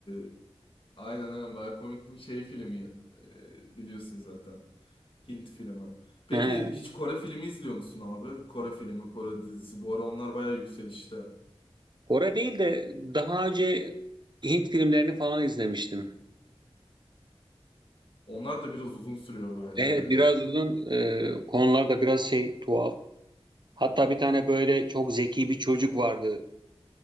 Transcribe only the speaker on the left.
Ee, aynen aynen bayağı komikti bir şey filmi. Ee, biliyorsun zaten. Hint filmi. Peki
hiç Kore filmi izliyor musun abi? Kore filmi, Kore dizisi. Bu ara onlar bayağı yükselişte.
Onlar da biraz uzun sürüyor bence
ya.
Hı.